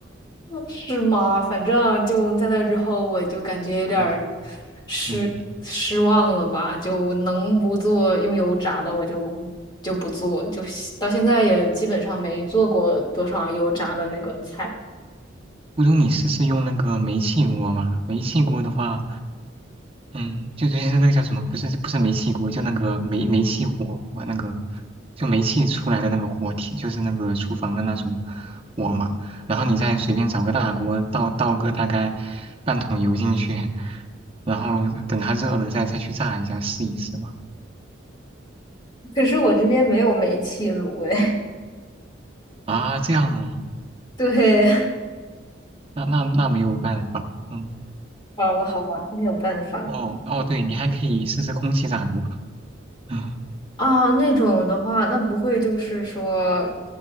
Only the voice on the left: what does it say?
是吗？反正就在那之后，我就感觉有点儿
失失望了吧，
就能不做用油炸的我就就不做，就到现在也基本上没做过多少油炸的那个菜。
可是我这边没有煤气炉哎。
<laughs> 对，
哦，好吧，没有办法。
啊，那种的话，那不会就是说，